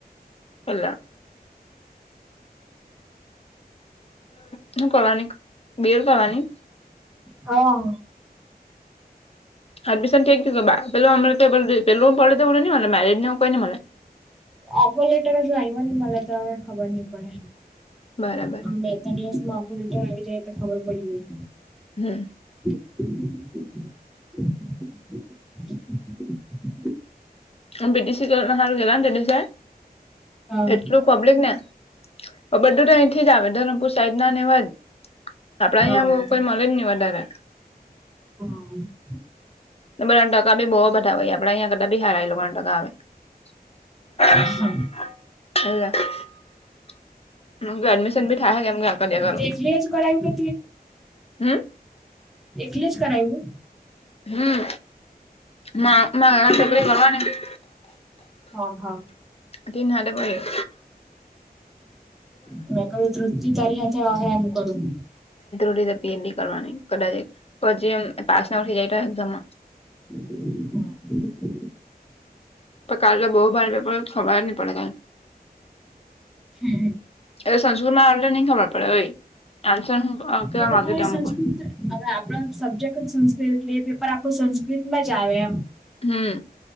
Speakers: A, on the left (about 40°); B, in the centre.
A: પેલા તું કરવાની બિલ કરવાની
B: હા
A: એડમિશન કઇ થઈ પેલુ પડે મેરિડ નું એવું કઇ ની મને
B: ઓફર લેટર જો આવ હો ને મને તો હવે ખબર નહી પડે
A: બરાબર
B: હા બે ત્રણ દિવસ ઓફરરલેટર આવી જાય તો ખબર પડી જાય
A: હમ
B: હમ
A: પીટીસી સારું પેલા ને દે તે
B: હા
A: એટલું પબ્લિક ને હ બધું તો અહીંથી જ આવે ધરમપુર સાઈડ ના ને એવા જ આપડા
B: હા
A: અહી કોઈ મળલેેજ નહી વધારે
B: હા
A: હ બા ટકા ભી બહ બધા હોય આપડે યા કરતા બી સારા હોય એ લોકો ટકા
B: હા
A: આવે હ એડમિશન બી થાય એમ કે
B: તે એકલી જ કરાયું કે
A: હમ
B: એટલે જ કરાવયું
A: હમ ના ના આ
B: અત્યારે
A: છોકરી વહા નથી
B: હા હા
A: તીન સાથે પડ્યું
B: હમ કહયુ તૃપ્તી તારી હાથે હશે એમ કરું
A: રીતે પીએચડી કરવાની કદાચ પછી પાસ ના ઉઠી જાય તો એઝામમાં
B: હા
A: પણ કાલે તો બહુ ભાર પેપ ખબર નહી પડતા
B: હમ
A: એ સંસ્કૃત માં આટલે નહી ખબર પડે હો આન્સર કેવા
B: એ તો
A: માંગે
B: પણ
A: તે
B: એ
A: અમુક
B: સંસ્કૃત
A: વાર
B: હવે આપડ સબ્જેક્ટ જ સં એટ એ પેપર આખું સંસ્કૃત માં જ આવે એમ
A: હમ